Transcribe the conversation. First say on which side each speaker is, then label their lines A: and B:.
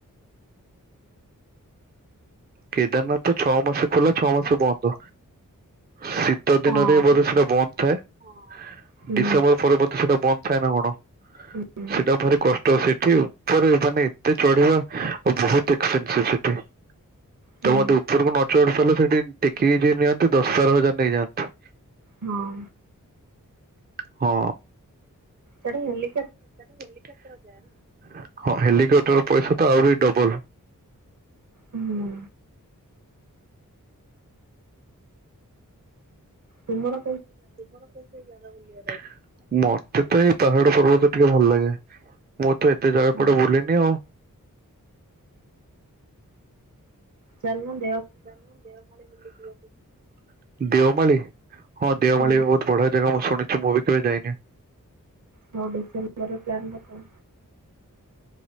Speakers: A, on the right (about 30°); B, on the right (about 65°).
A: କେଦାରନାଥ ତ ଅ ମାସେ ଖୋଲା ଅ ମାସ ବଧ ଶୀତ ଦିନରେ
B: ହଁ
A: ବୋଧେ ସେଇଟା ବନ୍ଦ ଥାଏ। ହଁ।
B: ହୁଁ
A: ଡିସେମ୍ବର ପରବର୍ତୀ ସେଟ ବନ୍ଦଧ। ସହି ନା କଣ।
B: ହୁଁ
A: ସେଟା ଭାରି କଷ୍ଟ ସେ ଉପରେ ମାନେ ଏତେ ଚଢିବା ଆ ବହୁ। <inaudible>
B: ହୁଁ
A: ତ ମେ ଉପରକୁ ନ ଚଢି ସାରିଲ ସେଠି କିଏ ଯଏ ନିଅନ୍ତି ଦଶ ବାର ହଜାର ନେଇଯାଆନ୍ତି।
B: ହଁ।
A: ହଁ।
B: ଚଢି ଗାଲି।
A: ତା ହେଲିକାପଟର ଯାଏ ନା। ହଁ ହେଲିକପ୍ଟର ପଇସା ତ ଆହୁରି ଡବଲ।
B: ହୁଁ। ତମର
A: ତୁମର କଣ ସବୁ ଜାଗା ବୁଲି ବାର ଅଛି। ମତେ ତ ଏଇ ପାହାଡ ପର୍ବ ତ ଟିକେ ଭଲ ଲାଗେ ମୁଁ ତ ଏତେ ଜାଗା
B: ହୁଁ
A: କଟେ ବୁଲିନି ଆଉ।
B: ଚାଲ।
A: ଚାଲ ଦେଓମାଳିି ବୁଲି ଯିବା। ଦେଓମଳି। ହଁ ଦେଓମାଳି
B: ହୁଁ
A: ବି ବହୁତ ବଢ ଜାଗା ମୁଁ ଶୁଣିଛିୁ ମୁ ଭି କେବେ ଯାଇନି।
B: ହଉ ଡିସେମ୍ବର ପ୍ଲାନ ରଖ।